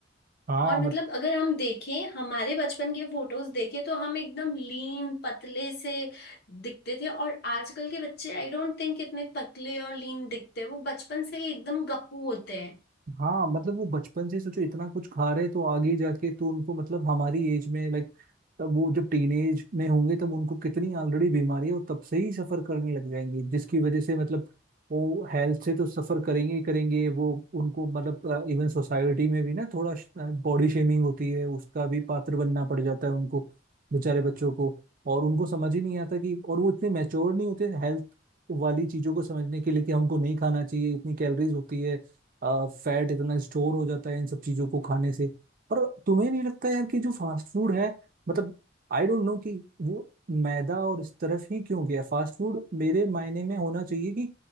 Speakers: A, on the right (about 45°); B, on the left (about 55°).
A: हाँ
B: और मतलब अगर हम देखें हमारे बचपन के फोटोज देखें तो हम एकदम लीन पतले से दिखते थे और आजकल के बच्चे आई डोंट थिंक इतने पतले और लीन दिखते हैं वो बचपन से ही एकदम गप्पू होते हैं।
A: हाँ मतलब वो बचपन से सोचो इतना कुछ खा रहे तो आगे जाके तो उनको मतलब हमारी एज में लाइक तब वो जब टीनेज में होंगे तब उनको कितनी ऑलरेडी बीमारी है वो तब से ही सफर करने लग जाएंगे जिसकी वजह से मतलब वो हेल्थ से तो सफर करेंगे ही करेंगे वो उनको मतलब इवन सोसाइटी में भी ना थोड़ा बॉडी शेमिंग होती है उसका भी पात्र बनना पड़ जाता है उनको बेचारे बच्चों को और उनको समझ ही नहीं आता कि और वो इतने मैच्योर नहीं होते हेल्थ वाली चीजों को समझने के लिए कि हमको नहीं खाना चाहिए इतनी कैलोरीज होती है फैट इतना स्टोर हो जाता है इन सब चीजों को खाने से पर तुम्हें नहीं लगता यार कि जो फास्ट फूड है मतलब आई डोंट नो कि वो मैदा और इस तरफ ही क्यों गया फास्ट फूड मेरे मायने में होना चाहिए कि